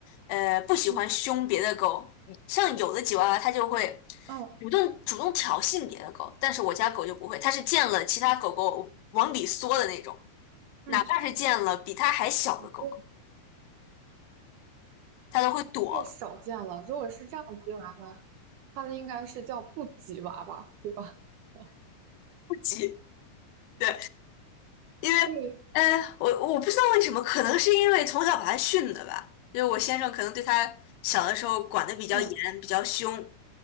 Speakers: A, on the left; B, on the right.
A: 呃不喜欢凶别的狗，
B: 嗯，
A: 像有的吉娃娃它就会
B: 哦，
A: 主动主动挑衅别的狗，但是我家狗就不会，它是见了其他狗狗往里缩的那种，哪怕是见了比它还小的狗狗，
B: 嗯我觉
A: 它都会躲
B: 太少见了。如果是这样的吉娃娃。他的应该是叫布吉娃娃，对吧？<laughs>
A: 不急。对，因为，
B: 对，
A: 呃，我我不知道为什么，可能是因为从小把他训的吧，因为我先生可能对他小的时候管得比较严，
B: 嗯
A: 比较凶，